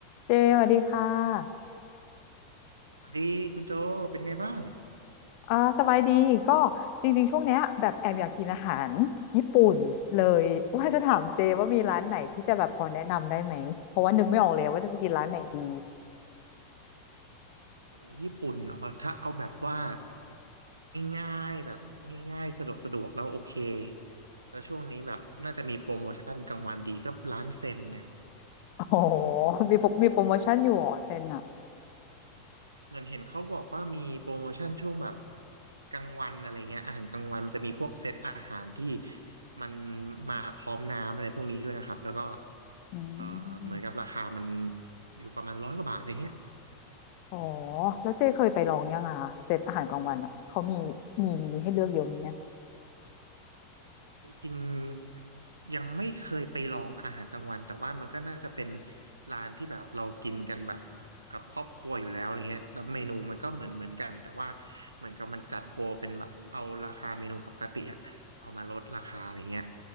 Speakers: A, on the left; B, on the right.
A: เจสวัสดีค่ะ
B: สวัสดีคุณโจเป็นไงบ้าง
A: อ่าสบายดีก็จริงๆ ช่วงเนี้ยแบบแอบอยากกินอาหารญี่ปุ่นเลยว่าจะถามเจว่ามีร้านไหนที่จะแบบพอแนะนำได้ไหมเพราะว่านึกไม่ออกเลยว่าจะไปกินร้านไหนดี
B: โอ้ยญี่ปุ่นเออถ้าเอาแบบว่าง่ายๆแบบง่ายๆสะดวกสะดวกแล้วโอเคแล้วช่วงนี้แบบน่าจะมีโปรโมชั่นกลางวันดีก็ร้านเซ็นเนี่ย
A: โอ๋อมีโปรมีโปรโมชั่นอยู่เหรอเซนอ่ะ
B: เงินเห็นเขาบอกว่ามีโปรโมชั่นช่วงแบบกลางวันอะไรเงี้ยอาหารกลางวันมันจะมีพวกเซตอาหารที่มันมาพร้อมน้ำอะไรพวกนี้ด้วยนะครับแล้วก็
A: อื
B: เอ่อเหมือนกับราคามัน
A: ม
B: อยู่ประมาณร้อยกว่าบาทอะไรเงี้ย
A: อ๋อแล้วเจเคยไปลองยังอ่ะเซตอาหารกลางวันอ่ะเขามีมีมีให้เลือกเยอะไหมเนี่ย
B: จริงๆยังไม่เคยไปลองอาหารกลางวันแต่ว่ามันก็น่าจะเป็นร้านที่แบบเรากินกันแบบกับครอบครัวอยู่แล้วอะไรเงี้ยแล้วเมนูมันก็เหมือนเหมือนกันแต่ว่าเหมือนกับมันจัดโปรเป็นแบบเอาราคาเมนูปกติอะเอามาลดราคาอะไรเงี้ย